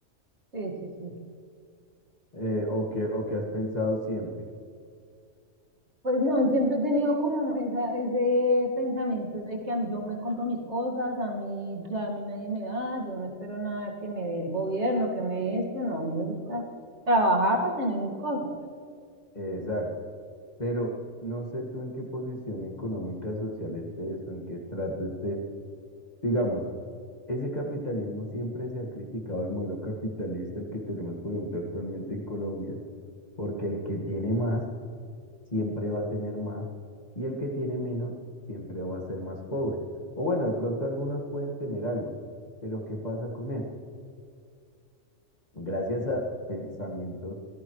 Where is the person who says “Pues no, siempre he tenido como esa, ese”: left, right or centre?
Right